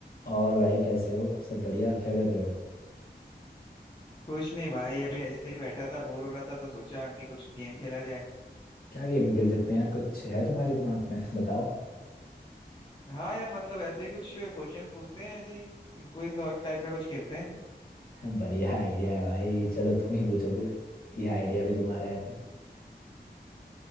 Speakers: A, on the left (about 60°); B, on the left (about 25°).
A: और भाई कैसे हो सब बढ़िया क्या कर रहे हो
B: कुछ नहीं भाई अभी ऐसे ही बैठा था बोर हो रहा था तो सोचा कि कुछ गेम खेला जाए
A: क्या गेम खेल सकते हैं यार कुछ है तुम्हारे दिमाग में <laughs> बताओ
B: हाँ यार मतलब ऐसे ही कुछ क्वेश्चंस पूछते हैं ऐसे ही क्विज टाइप का कुछ खेलते हैं
A: बढ़िया आइडिया है भाई चलो तुम ही पूछो फिर ये आइडिया भी तुम्हारा है तो